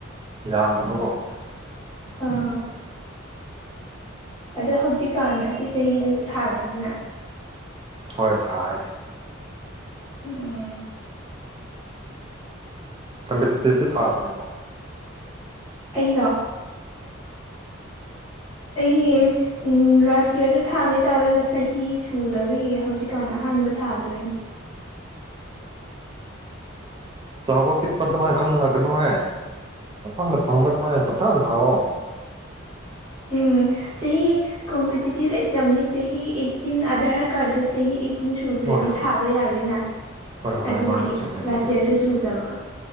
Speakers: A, on the right; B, on the left.
A: ꯌꯥꯝꯗꯕꯀꯣ <unintelligible>
B: ꯑꯥ ꯑꯗꯣ ꯍꯧꯖꯤꯛꯀꯥꯟ ꯑꯁꯤ ꯆꯍꯤꯗꯁꯨ ꯊꯥꯔꯝꯅꯤꯅ
A: ꯍꯣꯏ ꯊꯥꯏ
B: ꯎꯝ
A: ꯀꯣꯝꯀꯤꯇꯤꯇꯤꯞ ꯇꯤ ꯊꯥꯗ꯭ꯔꯤꯕꯔꯣ
B: ꯑꯩꯂꯣ ꯑꯩꯒꯤ ꯎ ꯂꯥꯁ ꯌꯌꯥꯔꯗ ꯊꯥꯒꯦ ꯇꯥꯔꯒ ꯆꯍꯤ ꯁꯨꯗꯕꯒꯤ ꯍꯧꯖꯤꯛꯀꯥꯟ ꯑꯍꯥꯟꯕ ꯑꯍꯥꯟꯕ ꯊꯥꯗꯣꯏꯅꯤ
A: ꯆꯥꯎꯕꯥ ꯄꯤꯛꯄ ꯗꯨꯃꯥꯢ ꯈꯥꯟꯒꯅꯨꯍꯦ ꯄꯥꯡꯐꯥꯡꯗ ꯐꯪꯕ ꯄꯪꯊꯥꯗ ꯊꯥꯎꯑꯣ
B: ꯎꯝ ꯆꯍꯤ ꯀꯣꯝꯄꯤꯇꯤꯇꯤꯚ ꯑꯦꯛꯖꯥꯝꯅꯤ ꯆꯍꯤ ꯑꯩꯇꯤꯟ ꯑꯙꯥꯔ ꯀꯥꯔꯗ ꯆꯍꯤ ꯑꯩꯇꯤꯟ ꯁꯨꯗ꯭ꯔꯗꯤ
A: ꯍꯣꯏ
B: ꯊꯥꯕ ꯌꯥꯔꯣꯏꯅ
A: ꯍꯣꯏ ꯍꯣꯏ
B: ꯑꯗꯨꯒꯤ
A: ꯃꯥꯅꯦ ꯆꯨꯝꯃꯦ ꯑꯗꯨꯗꯤ
B: ꯂꯥꯁ ꯌꯔꯗꯣ ꯁꯨꯗꯕ